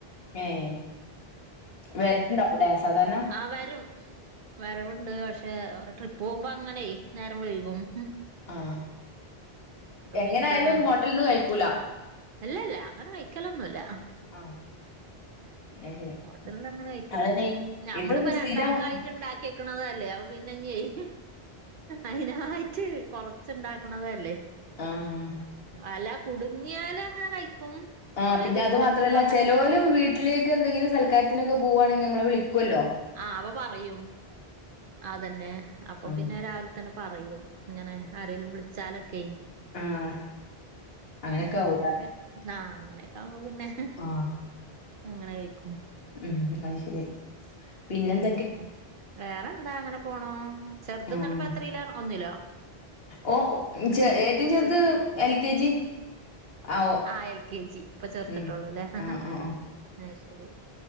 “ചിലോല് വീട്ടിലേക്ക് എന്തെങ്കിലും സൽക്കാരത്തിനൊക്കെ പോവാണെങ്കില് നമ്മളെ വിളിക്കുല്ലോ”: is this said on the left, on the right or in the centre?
Left